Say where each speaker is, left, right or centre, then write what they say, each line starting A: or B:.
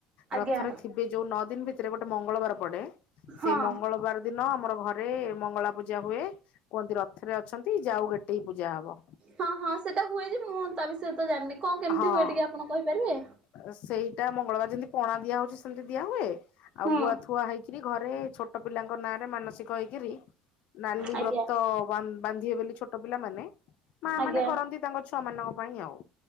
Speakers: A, on the right; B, on the left.
A: ଆଜ୍ଞା।
B: ରଥରେ ଥିବେ ଯୋଉ ନଅଦିନ ଭିତରେ ଗୋଟେ ମଙ୍ଗଳବାର ପଡେ
A: ହଁ
B: ସେଇ ମଙ୍ଗଳବାର ଦିନ ଆମର ଘରେ ମଳା ପୂଜା ହୁଏ । କୁହନ୍ତି ରଥରେ ଅଛନ୍ତି ଯାଉ ଗେଟେଇ ପୂଜା ହବ।
A: ହଁ ହଁ ସେଟା ହୁଏ ଯେ ମୁଁ ତା ବିଷୟରେ ତ ଜାଣିନି କଣ କେମିତି
B: ହଁ
A: ହୁଏ ଟିକେ ଆପଣ କହିପାରିବେ?
B: ଅ, ସେଇଟା ମଙ୍ଗଳବାର ଯେମିତି ପଣା ଦିଆ ହଉଚି ସେମିତି ଦିଆ ହୁଏ । ଆଉ
A: ହୁଁ।
B: ଗୁଆ ଥୁଆ ହେଇଚି ରି ଘରେ ଛୋଟ ପିଲାଙ୍କ ନାଁ ରେ ମାନସିକ ହେଇକିରି ନାଲି
A: ଆଜ୍ଞା
B: ବ୍ରତ ବା ବାନ୍ଧିବେ ବୋଲି ଛୋଟ ଟ ପିଲାମାନେ ମା
A: ଆଜ୍ଞା
B: ମାନେ କରନ୍ତି ତାଙ୍କ ଛୁ ଛୁଆମାନଙ୍କ ପାଇଁ ଆଉ।